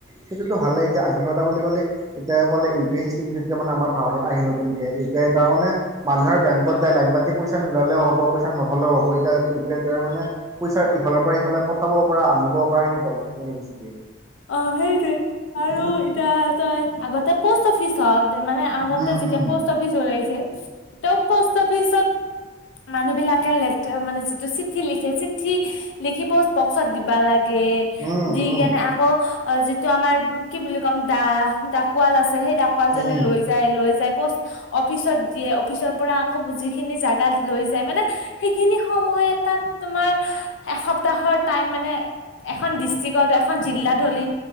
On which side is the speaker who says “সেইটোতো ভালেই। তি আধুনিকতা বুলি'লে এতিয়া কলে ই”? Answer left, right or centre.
Right